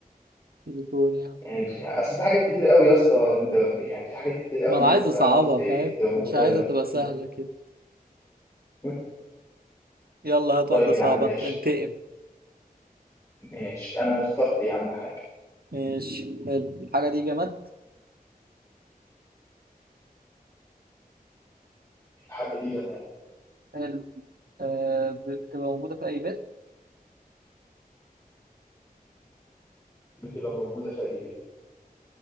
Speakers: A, on the right (about 80°); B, on the left (about 20°).
A: تليفون يا عم
B: ماشي يعني في- اصل في حاجات كتير قوي يا اسطى انت يعني في حاجات كتير قوي
A: ما أنا
B: انت
A: عايز
B: بتقول
A: أصعبها
B: على الناس ت-
A: فاهم
B: تبقى موجودة
A: مش عايزها
B: في
A: تبقى
B: البيت
A: سهلة كده
B: <laughs>
A: يلا هات
B: طيب
A: واحدة صعبة
B: يا عم ماشي
A: أنت انتقم
B: ماشي انا اخترت يا عم حاجة
A: ماشي حلو الحاجة دي جماد
B: الحاجة دي جنة
A: حلو آه، ب- بتبقى موجودة في أي بيت
B: بتبقى موجودة في اي بيت